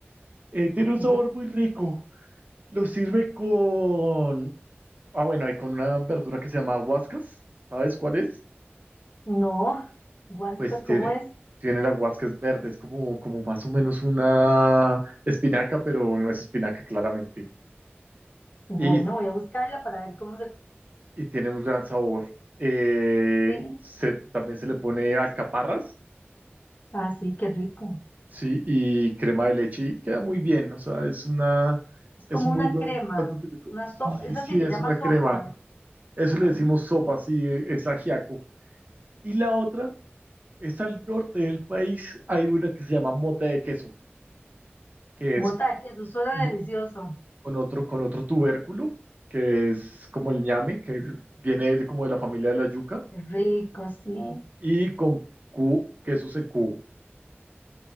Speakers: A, on the right; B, on the left.
A: Eh, tiene
B: ok.
A: un sabor muy rico. Lo sirve con Ah, bueno, hay con una verdura que se llama huascas. ¿Sabes cuál es?
B: No, Huascas,
A: Pues tiene,
B: ¿cómo es?
A: tiene la huascas verde. Es como, como más o menos una espinaca, pero no es espinaca claramente.
B: Bueno,
A: Y,
B: voy a buscarla para ver cómo se...
A: y tiene un gran sabor. Eh,
B: Sí,
A: se- también se le pone alcaparras,
B: así, qué rico.
A: sí, y crema de leche y queda muy bien. O sea, es una,
B: Es como
A: es un
B: una
A: muy buen
B: crema,
A: plato típico.
B: una
A: Sí,
B: so, esa
A: sí,
B: sí se
A: es
B: llama
A: una
B: sopa.
A: crema. Eso
B: mm,
A: le decimos sopa, sí, es ajiaco. Y la otra Es al norte del país, hay una que se llama mote de queso, que es
B: Bota de queso, suena
A: mo-
B: delicioso.
A: con otro, con otro tubérculo, que es como
B: Mm,
A: el ñame, que viene de- como de la familia de la yuca,
B: Qué rico, sí,
A: y con cu, quesos en cubo.